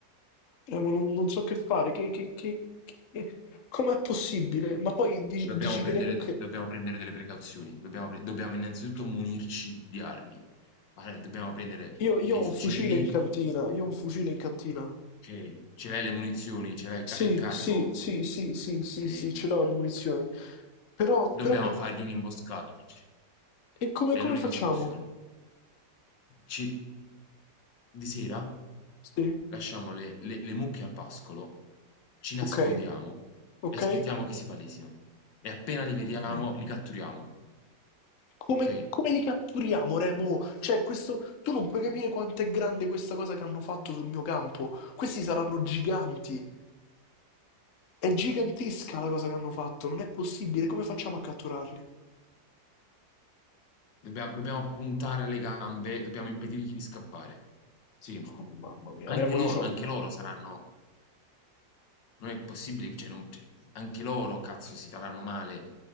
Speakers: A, on the left; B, on the left.
A: Eh, ma non, non so che fare, che, che, che, che- com'è possibile? Ma poi di-
B: Dobbiamo
A: dici
B: prendere,
A: che le mucche...
B: dobbiamo prendere delle precauzioni, dobbiamo, pre- dobbiamo innanzitutto munirci di armi. Allora, dobbiamo prendere
A: Io,
B: i-
A: io
B: dei
A: ho
B: fucili,
A: un fucile in cantina, io ho un fucile in cantina.
B: ok, ce l'hai le munizioni, ce l'hai,
A: Sì,
B: ca- è carico,
A: sì, sì, sì, sì, sì,
B: ok.
A: sì, ce l'ho le munizioni. Però,
B: Dobbiamo
A: però che...
B: fargli un'imboscata, Fitch.
A: E come,
B: è
A: come
B: l'unica
A: facciamo?
B: soluzione. Ci di sera
A: Sì,
B: lasciamo le le le mucche al pascolo, ci nascondiamo
A: ok, ok,
B: e aspettiamo che si palesino e appena li vediamo
A: ok.
B: li catturiamo,
A: Come,
B: okay?
A: come li catturiamo, Remo? Cioè, questo... Tu non puoi capire quanto è grande questa cosa che hanno fatto sul mio campo. Questi saranno giganti. È gigantesca la cosa che hanno fatto, non è possibile, come facciamo a catturarli?
B: Dobbia dobbiamo puntare alle gambe, dobbiamo impedirgli di scappare. Sì.
A: Oh, mamma mia,
B: Anche
A: Remo,
B: loro
A: io, c'ho-
B: anche loro saranno non è possibile che cioè non cioè, anche loro cazzo si faranno male